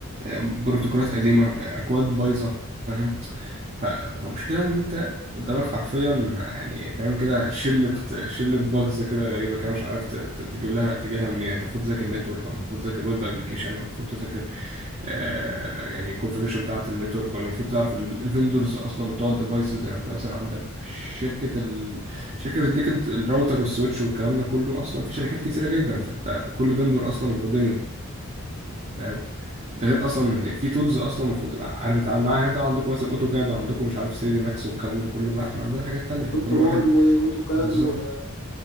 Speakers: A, on the right (about 30°); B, on the left (about 85°).
A: بروتوكولات قديمة أكواد بايظة فاهم ف- فالمشكلة إن أنت قدامك حرفيا يعني فاهم كده شلة شلة باجز كده غريبة كده مش عارف ت- ت- تجيب لها تجيب لها منين أنت المفروض تذاكر نتورك ولا المفروض تذاكر ويب أبلكيشن ولا المفروض تذاكر آه يعني الكونفيجريشن بتاعة النتورك ولا المفروض تعرف الفندورز أصلا بتوع الديفايسز يعني أنت مثلا عندك شركة ال... شركة بتديك الراوتر والسويتش والكلام ده كله أصلا في شركات كتيرة جدا فأنت كل فندور أصلا ودنيا فاهم ده غير اصلا ان في تولز اصلا المفروض تبقى عارف تتعامل معاها يعني انتوا عندكم مثلا اوتوكاد وعندكم مش عارف 3 دي ماكس والكلام ده كله لا احنا عندنا حاجات تانية
B: وكنترول
A: فكل واحد
B: واوتوكاد
A: بالظبط
B: وفي